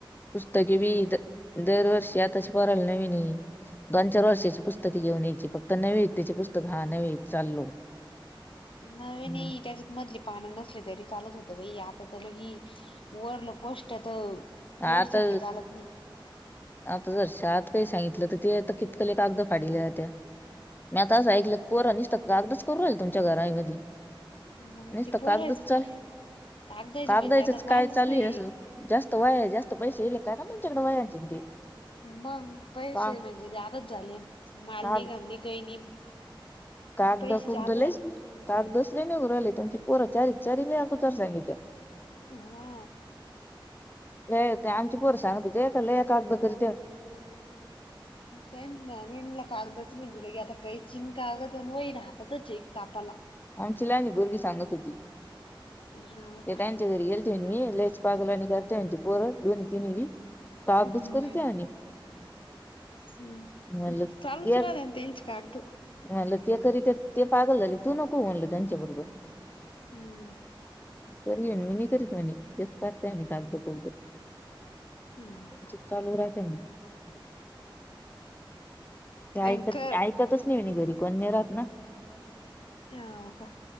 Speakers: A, on the left; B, on the left.
A: पुस्तके बी दरवर्षी आताच पोराला नवीन हाय. दोन चार वर्षाची पुस्तके घेऊन यायची फक्त नवी त्याची पुस्तकं हा नवी चाललो
B: नवे
A: हम्म.
B: नाही त्याच्यात मधली पानं नसली तरी चालत होत बा आ त्या ल की वरल पोष्टट तर एवढच
A: आता
B: चालत नाही.
A: आता जर शात काही सांगितलं तर ते आता कितकले कागद फाडील्या जात्या. मी आता असं ऐकलं पोर नसत कागदच करू राहील तुमच्या घराय मधी.
B: मग
A: नीस्त
B: ते पोरायचं
A: कागदच चाल
B: का कागदाची
A: कागदाच
B: म्हणजे आता वांधच
A: काय चालू
B: नाही
A: आहे असं जास्त वाय जास्त पैसे येले. काय ना तुच्याकडे वयाची नी ते.
B: मग पैसे
A: का
B: म्हणजे आदच झाली मालनी
A: काग
B: घनी काही नाही
A: कागद
B: पैसे
A: कुगद
B: जादा
A: लयच
B: झाले
A: कागदच लय नीगू राहीले तुमच्यात. पोरा चारी चारी लय अगोचर झाले इथे.
B: हा
A: ते आमची पोर सांगत हो ते का ल कागदा कर
B: तेन नवीन कागदच म्हणलं की आता काही चिंकागंन वई राहातातच एक कापाला.
A: आमची लाणी भुगी सांगत होती
B: हाव
A: ते
B: का
A: त्यांच्या घरी गेलते न मी लयीच पागल वांणि करत्या म्हणे ते पोरं दोन्ही तिन बी कागूच
B: हम्म
A: करत्या आणि
B: हम्म
A: म्हनल त्या
B: चालूच राहते ना त्यांची कागद
A: मी म्हनलं ते करीत्यात ते पागल झाले तू नको होउ म्हणलं त्यांच्या बरोबर
B: हूं!
A: बरी आहे मी नाही करीत म्हणे तेच करताय म्हणे कागद कुगद त्यांच्यात
B: हाव का
A: चालू राहते ना. ते ऐकत
B: अंक
A: ऐकतच नाही म्हणे घरी कोण नही राहत ना
B: हाओ का